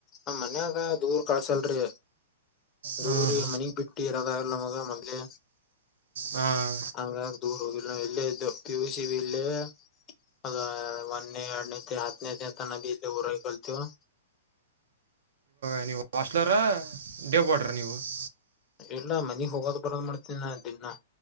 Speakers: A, on the left; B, on the right.
A: ನ ಮನ್ಯಾಗ ದೂರ್ ಕಳ್ಸಲ್ರಿ,
B: ಹಾಂ
A: ದೂರಿ
B: ಹಾಂ
A: ಮನಗ್ ಬಿಟ್ಟಿ ಇರೋದಾಗಲ್ ನಮಗ ಮದ್ಲೆ,
B: ಹಾಂ
A: ಹಂಗಾಗ ದೂರ್ ಹೋಗಿಲ್ಲ ನ ಇಲ್ಲೇ ಇದ್ದ ಪಿ ಯು ಸಿ ಬಿ ಇಲ್ಲೇ ಅದ ಒಂದೆ ಎರಡನೇ ಹತ್ತು ತ ನ ಬಿ ಊರಗ ಕಲ್ತೆವುಮ
B: ನೀ ಹಾಸ್ಲರ ಡೇಬಡ್ರ ನೀವು? <inaudible>
A: ಎಲ್ಲಾ ಮನಿಗ್ ಹೋಗದ ಬರೋದ್ ಮಾಡ್ತೀನಿ ನಾ ದಿನ್ನ